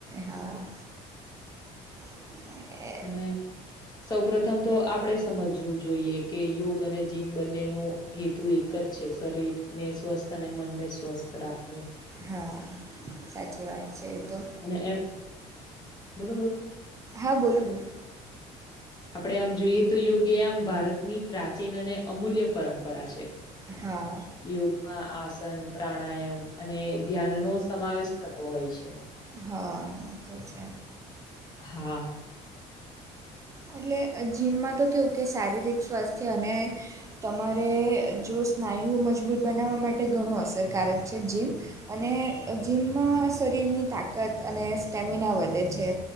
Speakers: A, on the right; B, on the left.
A: હા <inaudible>
B: હ સૌ પ્રથમ તો આપડે સમજવું જોઈએ કે યોગ અને જીમ બંને નો હેતુ એક જ છે શરીર ને સ્વસ્થ અને મનને સ્વસ્થ રાખવું
A: હા સાચી વાત છે એ તો
B: ને એમ બોલો બોલો
A: હા બોલુ બોલું
B: આપડે આમ જોઈએ તો યોગ આમ ભારતની પ્રાચીન અને અમૂલ્ય પરંપરા છે
A: હા
B: યોગ આ આસન પ્રાણાયામ અને ધ્યાનનો સમાવેશ થતો હોય છે
A: હા તો છે
B: હા
A: એટલે જીમમાં તો કેવું કે શારીરિક સ્વાસ્થ્ય અને તમારે જો સ્નાયુઓ મજબૂત બનાવવા માટે ઘણું અસરકારક છે જીમ અને જીમમાં શરીરની તાકાત અને સ્ટેમિના વધે છે